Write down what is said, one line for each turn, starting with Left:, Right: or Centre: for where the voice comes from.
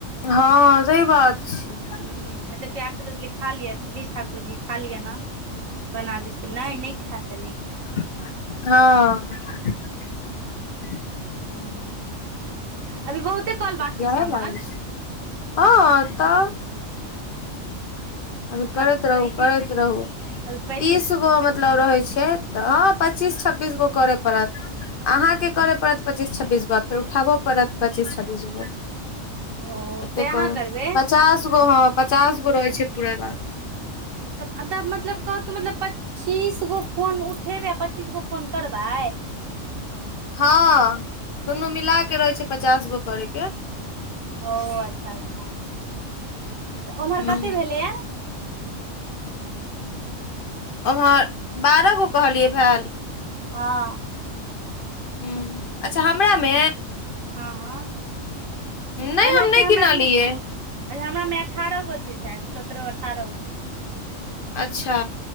Left: हां सही बात छै।
Right: हुं एते प्यार से कह देलिए खा लिअ प्लीज ठाक कुर जी खा लिअ नै बना दै छी त नै-नै खैब तऽ नै खैब
Left: हां। <unintelligible>
Right: हुं आभी बहुते कॉल
Left: चिचयाये
Right: बाकी छै हमर
Left: लागय छै, हँ तऽ।
Right: ह
Left: अभी करैत
Right: पैंतीस
Left: रहू करैत रहू
Right: अभी पैंतीस
Left: तीस गो मतलब रहै छै। तऽ हँ पच्चीस छब्बीस गो करेय पड़त। अहाँके करय पड़त पच्चीस छब्बीस गो आ फेर उठाबहो पड़त पच्चीस छब्बीस गो।
Right: ओ
Left: एतेक
Right: फेर अहाँ
Left: कर
Right: करबै
Left: पचास गो हँ पचास गो रहै छै पूरेबाक।
Right: त तब मतलब कहके मतलब पचि चीस गो फोन उठेबै आ पच्चीस गो फोन करबै।
Left: हँ दुनू मिला के रहे छै पचास गो करैय के।
Right: ओ अच्छा अच्छा तऽ ओम्हर
Left: हूँ
Right: कते भेलैया?
Left: ओम्हर बारह गो कहलियै भैल।
Right: हँ।
Left: हुं, अच्छा हमरामे?
Right: हँ हँ।
Left: नहि
Right: एमहर
Left: हम
Right: छै
Left: नहि
Right: हमरामे
Left: गीनलियै।
Right: अच्छा हमरामे अठारह गो छै शायद सत्रह अठारह गो।
Left: अच्छा।